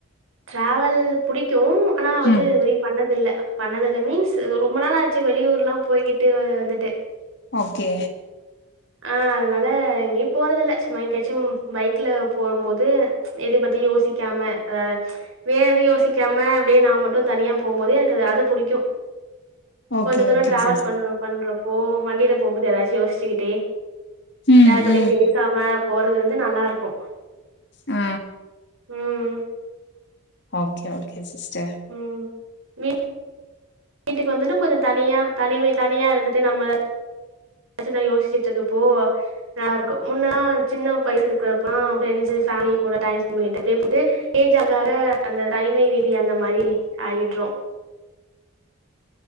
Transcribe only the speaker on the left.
ம்
ஓகே
ஓகே
ஓகே
சிஸ்
ம்
ம்
ஆ
ஓகே ஓகே சிஸ்டர்